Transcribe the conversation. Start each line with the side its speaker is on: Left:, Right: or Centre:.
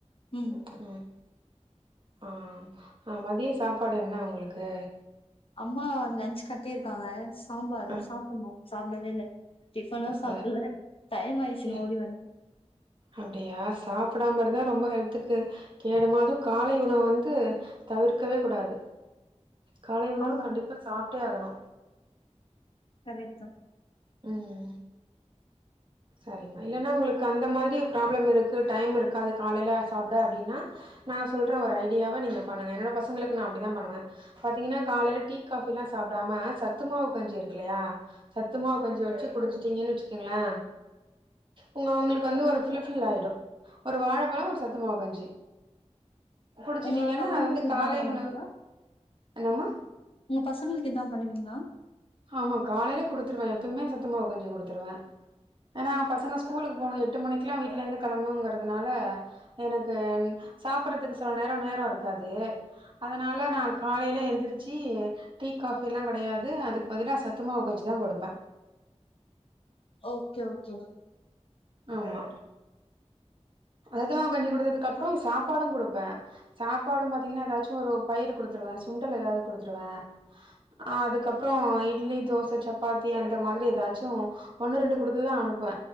Left: ம்
Right: ம்க்ம் ஆ அ மதிய சாப்பாடு என்ன உங்களுக்கு
Left: அம்மா லஞ்ச் கட்டிருக்காங்க சாம்பாரு
Right: ஆ
Left: சாப்புன்ணு சாப்டவே இல்ல டிஃபனு
Right: ச
Left: சாப்பில்ல டைம் ஆயிட்ச்சின்
Right: ஆ
Left: ஓடி வந்த
Right: அப்டியா சாப்டாம இருந்தா ரொம்ப ஹெல்த்துக்கு கேடுமா அது காலை உணவு வந்து தவிர்க்கவே கூடாது காலை உணவு
Left: ஆமா
Right: கண்டிப்பா சாப்ட்டே ஆகணு
Left: கரெட் தா
Right: ம் சரிம்மா இல்லனா உங்களுக்கு அந்த மாதிரி ப்ராப்ளம் இருக்கு டைம் இருக்காது காலைல சாப்ட அப்படின்னா நா சொல்ற ஒரு ஐடியாவா நீங்க பண்ணுங்க என்னோட பசங்களுக்கு நா அப்டிதா பண்ணுவே பாத்தீங்கனா காலைல டீ காபி எல்லா சாப்டாம சத்துமாவு கஞ்சி இருக்குல்லையா சத்துமாவு கஞ்சி வச்சி குடிச்சிட்டீங்கன் வச்சிக்கங்களே உங்க உங்களுக்கு வந்து ஒரு ஃபுல் ஃபில் ஆயிடு ஒரு வாழப்பழோ ஒரு சத்துமாவு கஞ்சி
Left: <inaudible>
Right: குடிச்சிட்டீங்கன்னா
Left: உங்களோட பசங்களுக்கு
Right: அது வந்து
Left: இத்தா
Right: காலை
Left: பண்ணுவீங்ளா
Right: உணவு என்னம்மா
Left: உங்க பசங்களுக்கு இத்தா பண்ணுவீங்ளா
Right: ஆமா காலையில குடுத்துருவே எப்பியுமே சத்துமாவு கஞ்சி கொடுத்துருவே ஏனா பசங்க ஸ்கூலுக்கு போணு எட்டு மணிக்லா வீட்லந்து கெளம்பணுங்கிறதுனால எனக்கு சாப்புறதுக்கு சில நேரோ நேரோ இருக்காது அதனா நா காலையில எந்திரிச்சி டீ காஃபியிலா கெடையாது அது பாத்தினா சத்துமாவு காஞ்சி தா கொடுப்பே
Left: ஓகே ஓகே மா
Right: ஆமா சத்து மாவு காஞ்சி குடுத்ததுக்கு அப்புறோ சாப்பாடு குடுப்பே சாப்பாடு பாத்தீங்கனா ஏதாச்சு ஒரு பயிரு குடுத்துருவே சுண்டல் ஏதாவது குடுத்துருவே அ அதுக்கப்புறோ இட்லி தோச சப்பாத்தி அந்த மாதிரி ஏதாச்சு ஒண்ணு ரெண்டு குடுத்துதா அனுப் ப்ப